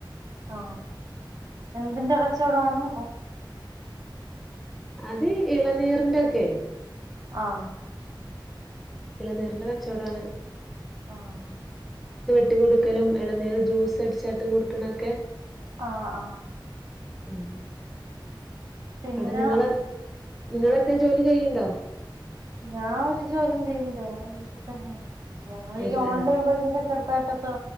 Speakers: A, on the right; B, in the centre.
A: ആ എന്തിന്റെ കച്ച ചൊടോണം
B: അത് ഇളനീറിന്റെൊക്കെ
A: ആഹ്
B: ഇളനേറിന്റെ കച്ചവടാണ്
A: ആഹ്
B: ഇട്ട് കൊടുക്കലും ഇളനീർ ജ്യൂസ് അടിച്ചാട്ട് കൊടുക്കണൊക്കെ
A: ആ ആ
B: മ്
A: പിന്നെ
B: അടെ നിങ്ങളെ നിങ്ങളെന്താ ജോലി ചെയ്യണ്ടോ
A: ഞാൻ ഒരു ജോലിയും ചെയ്യണ്ട് വീട്ടിൽ തന്നെയാണ് ഞങ്ങളീ
B: വീട്ടില്
A: ഓൺലൈൺവഴിക്കെ
B: ആഹ്
A: ചെറുതായിട്ടൊക്കെ